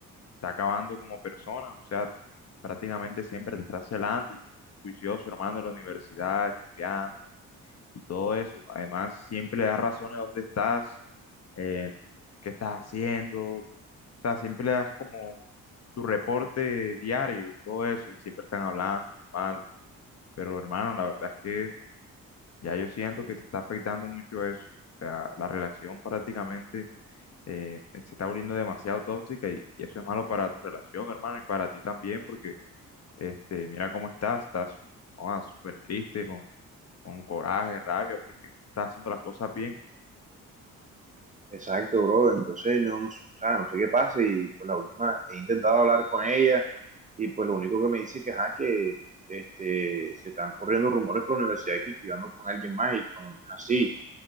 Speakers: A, on the left; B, on the right.
A: está acabando como persona, o sea, prácticamente siempre te está celando y tú, juicioso, hermano, en la universidad, estudiando y todo eso. Además, siempre le das razones de dónde estás, eh, qué estás haciendo, o sea, siempre le das como tu reporte diario y todo eso, y siempre están hablando mal. Pero hermano, la verdad es que ya yo siento que te está afectando mucho eso. O sea, la relación prácticamente eh, se está volviendo demasiado tóxica y, y eso es malo para tu relación, hermano, y para ti también, porque este, mira cómo estás, estás joda, súper triste, con, con coraje, rabia, porque estás haciendo las cosas bien.
B: Exacto, bro. Entonces, no, o sea, no sé qué pasa. Y pues la última, he intentado hablar con ella y pues lo único que me dice que, ajá, que este, se están corriendo rumores por la universidad aquí, que yo ando con alguien más y cuando no es así.